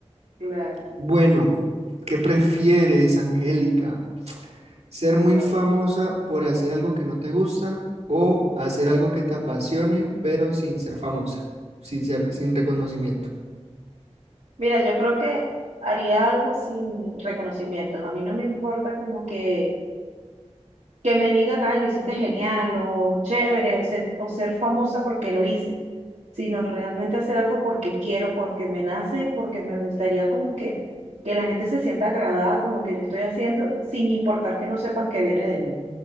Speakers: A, on the right; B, on the right.
A: Claro.
B: Bueno, ¿qué prefieres, Angélica? Ser muy
A: Ah,
B: famosa
A: bueno.
B: por hacer algo que no te gusta o hacer algo que te apasione, pero sin ser famosa, sin ser, sin reconocimiento.
A: Mira, yo creo que haría algo sin reconocimientos. A mí no me importa como que que me digan, ay, lo hiciste genial o chévere o ser, o ser famosa porque lo hice, sino realmente hacer algo porque quiero, porque me nace y porque me gustaría como que, que la gente se sienta agradada con lo que yo estoy haciendo, sin importar que no sepan que viene de mí.